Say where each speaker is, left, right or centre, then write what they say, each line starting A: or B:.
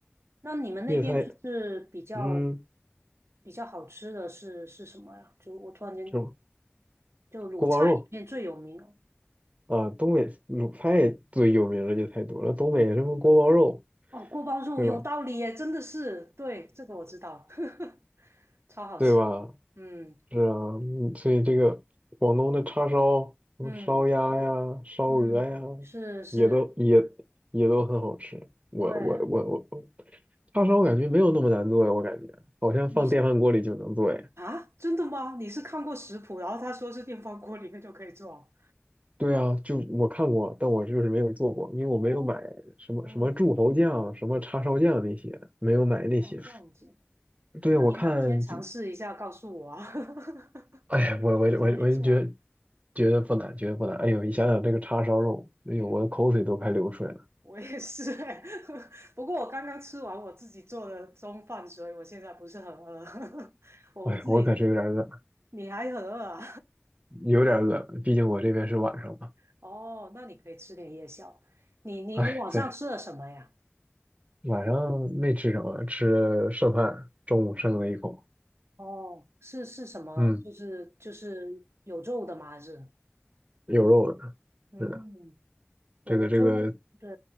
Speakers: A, on the right; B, on the right.
A: 那你们那边就是比较
B: 粤菜，嗯，
A: 比较好吃的是是什么呀？就我突然间
B: 什么
A: 就鲁菜里面最有名哦，
B: 锅包肉啊、东北鲁菜最有名的就太多了，东北什么锅包肉
A: 哦，锅包肉有道理耶，
B: 是吧？
A: 真的是，对，这个我知道，<laughs> 超好吃，
B: 对吧？
A: 嗯
B: 是啊，嗯所以这个广东的叉烧，什么烧鸭呀、
A: 嗯
B: 烧鹅呀，
A: 嗯，是是，
B: 也都也也都很好吃。我我我我，
A: 对。
B: 叉烧我感觉没有那么难做呀，我感觉好像放电饭锅里就能做呀。
A: 你是啊，真的吗？你是看过食谱，然后他说是电饭锅里面就可以做？
B: 对啊，就我看过，但我就是没有做过，因为我没有买什么什么柱侯酱、
A: 哦，嗯，
B: 什么叉烧酱那些，没有买那些。
A: 哦，这样子，
B: 对啊，
A: 那你哪天尝试一下告诉我啊？
B: 我看这，
A: <laughs>
B: 哎呀，
A: 煮果很容易做。
B: 我我我我就觉得觉得不难，觉得不难。哎呦，你想想这个叉烧肉，哎呦，
A: 嗯，
B: 我的口水都快流出来了。
A: 我也是欸 <laughs> 不过我刚刚吃完我自己做的中饭，所以我现在不是很饿。<laughs> 我自己，
B: 哎，我可是有点饿，
A: 你还很饿啊？
B: 有点饿，毕竟我这边是晚上嘛。
A: <laughs> 哦，那你可以吃点夜宵。你你你晚上吃了什么呀？
B: 哎，对，晚上没吃什么，吃了剩饭，中午剩了一口，
A: 哦，是是什么？
B: 嗯，
A: 就是就是有肉的吗？还是？
B: 有肉的，
A: 嗯，
B: 是的，
A: 我我中对
B: 这个这个，